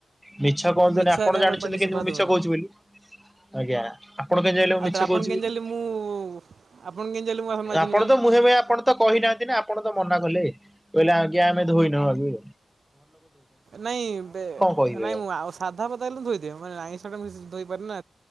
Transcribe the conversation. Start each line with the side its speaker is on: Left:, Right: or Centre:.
Centre: ମିଛ କୁହନ୍ତୁନି
Right: ମିଛ
Centre: ଆପଣ
Right: ଆଜ୍ଞା
Centre: ଜାଣିଛନ୍ତି
Right: ଆମର ପାଟିକି
Centre: କିନ୍ତୁ
Right: ଶୋଭା
Centre: ମୁଁ ମିଛ
Right: ଦଉନି।
Centre: କହୁଛି ବୋଲି ଆଜ୍ଞା ଆପଣ କେମିତି ଜାଣିଲେ ମୁଁ
Right: ଆଉ
Centre: ମିଛ
Right: ତାହେଲେ ଆପଣ
Centre: କହୁଛି
Right: କେମିତି
Centre: ବୋଲି
Right: ଜାଣିଲେ ମୁଁ ଆପଣ କେମିତି ଜାଣିଲେ ମୁଁ ବାସନ ମାଜିନି
Centre: ଆପଣ
Right: ବୋଲି?
Centre: ତ ମୁହେଁ ମୁହେଁ ଆପଣ ତ ତ କହିନାହାନ୍ତି ନା ଆପଣ ତ ମନା କଲେ କହିଲେ ଆଜ୍ଞା ଆମେ ଧୋଇନାହୁବୋଲି
Right: ନାଇଁ
Centre: କହିବେ?
Right: ନାଇଁ ମୁଁ ଆଉ ସାଧା ପାଧା ହେଲେ ଧୋଇଦିଏ ମାନେ ଆଇଁଷ ଧୋଇପାରେନା